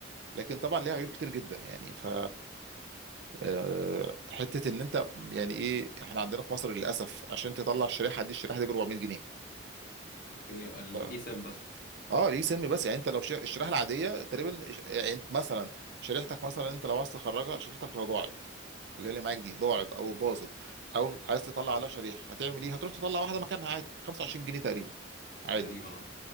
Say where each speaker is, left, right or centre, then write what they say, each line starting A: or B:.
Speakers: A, on the right; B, on the left.
A: لكن طبعا ليها عيوب كتير جدا يعني ف آه، حته ان انت يعني ايه احنا عندنا في مصر للاسف عشان تطلع الشريحه دي الشريحه دي ب 400 جنيه
B: أوكي
A: ف...
B: الإي سيم بس
A: اه ليه سم بس يعني انت لو ش... الشريحه العاديه تقريبا ش- يعني انت مثلا شريحتك مثلا انت لو عايز تخرجها شريحتك لو ضاعت اللي هي اللي معاك دي ضاعت او باظت او عايز تطلع على شريحه هتعمل ايه؟ هتروح تطلع واحده مكانها عادي ب 25 جنيه تقريبا عادي
B: تقريبا أه